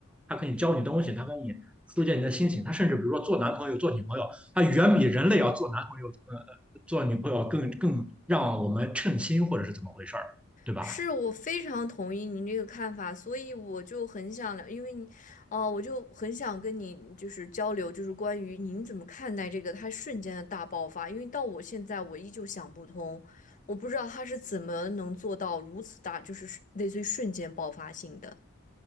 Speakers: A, in the centre; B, on the left (about 40°).
A: 他可以教你东西，他跟你疏解你的心情，他甚至比如说做男朋友、做女朋友，他远比人类要做男朋友、呃做女朋友更更让我们称心或者是怎么回事儿，对吧？
B: 是我非常同意您这个看法，所以我就很想聊，因为你，哦、我就很想跟你就是交流，就是关于您怎么看待这个他瞬间的大爆发，因为到我现在我依旧想不通，我不知道他是怎么能做到如此大，就是类似于瞬间爆发性的。